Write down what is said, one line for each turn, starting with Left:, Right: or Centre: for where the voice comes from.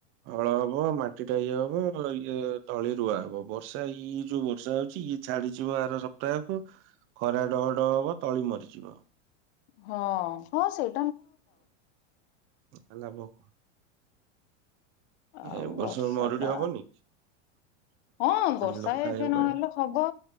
Right: ହଳ ହବ, ମାଟି ଟା ଇଏ ହବ। ଇଏ ତଳି ରୁଆ ହବ। ବର୍ଷା ଇଏ ଯୋଉ ବର୍ଷା ହଉ ଚି ଇଏ ଛାଡିଯିବ ଆର ସପ୍ତାହକୁ। ଖରା ଡହ ଡହ ହବ, ତଳି ମରିଯିବ।
Left: ହଁ, ହଁ ସେଇ
Right: ଆ ଲାଭ କଁ?
Left: ଆଉ
Right: ଏ ବର୍ଷ
Left: ବର୍ଷା
Right: ମରୁଡି
Left: ଟା
Right: ହବନି?
Left: ହଁ, ବର୍ଷା
Right: ଲୋକ ଖାଇବାକୁ
Left: ୟଦି ନହେଲେ
Right: ପାଇବେନି।
Left: ହବ।